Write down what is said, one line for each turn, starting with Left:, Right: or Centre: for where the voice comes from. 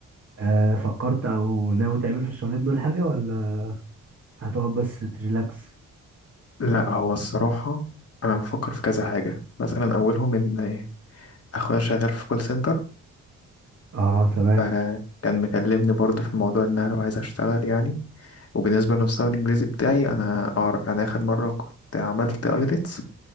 Right: آه فكرت او ناوي تعمل في الشهرين دول حاجة ولا هتقعد بس تريلاكس
Left: لا هو الصراحة انا بفكر في كذا حاجة مثلا اولهم ان اخويا شغال في كول سنتر
Right: اه تمام
Left: فكان مكلمني برضه في موضوع ان انا لو عايز اشتغل يعني وبالنسبه لمستوى الانجليزي بتاعي انا اعرف يعني اخر مره كنت عملت ايلتس